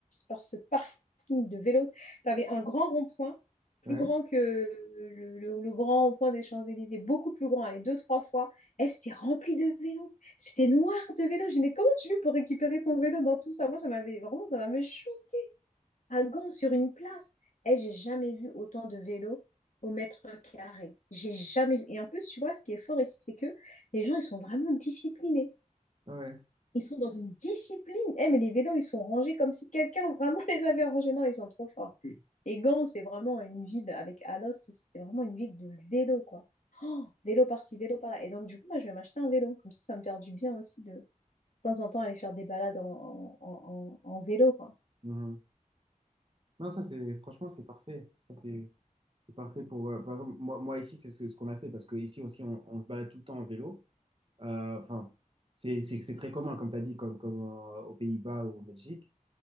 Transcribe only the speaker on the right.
Ouais,
ouais.
Mhm. Non, ça c'est franchement c'est parfait. Ça c'est c'est parfait pour euh, par exemple moi, moi ici c'est ce, ce qu'on a fait parce que ici aussi on, on se balade tout le temps en vélo. Euh, Enfin c'est c'est c'est très commun comme tu as dit comme comme euh, aux Pays-Bas ou en Belgique.